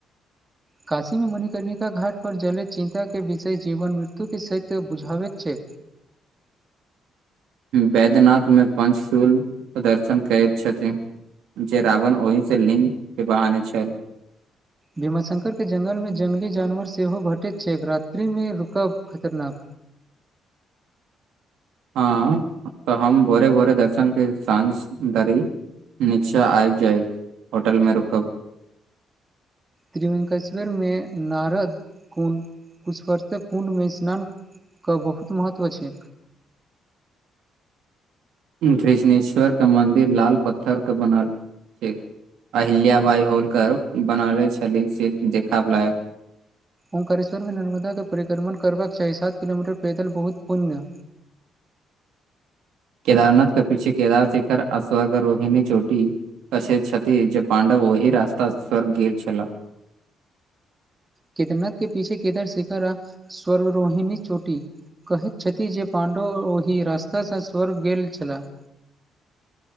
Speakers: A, on the right (about 20°); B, on the right (about 80°).
A: काशीमे मणिकर्णिका घाट परजले चिन्ताे विषय जीवन मृत्युके सात बुझावैत छैय
B: वैद्यनाथमे पञचूल प्रदर्शन करैत छथिन जे रावण ओहि से लिंग के बहाने छल
A: भीमाशंकरके जंगलमे जंगली जानवर सेहो भेटैत छैक रात्रिमे रुकब खतरनाक
B: हँ तऽ हम भोरे भोरे दर्शन कैसाँझ धरी नीचा आबि जायब होटल मे रुकब
A: त्रिवेंकेश्वरमे नारद कुण्ड कुशवर्तक कुण्डमे स्नान क बहुत महत्व छैय
B: कृष्णेश्वर कऽ मंन्दिर लाल पत्थर कऽ बनल छैक अहिल्या बाइ होलकर बनोले छली सेशिल्प देखबै लायक
A: ऊंकारेश्वर में नर्मदा के परिक्रमण करबाक चाही सात किलोमीटर पैदल बहुत पुण्य
B: केदारनाथ के पीछे केदार शिखर अस्वगर रोहीनी चोटी बसैत छथि जे पांडव ओही रास्ता सऽ स्वर्ग गेल छल
A: केदर <unintelligible> नथ के पीछे केदर शिखर आ स्वर्ग रोहिणी चोटी कहैत छथि जे पाण्डव ओहि रास्तासँ स्वर्ग गेल छलाह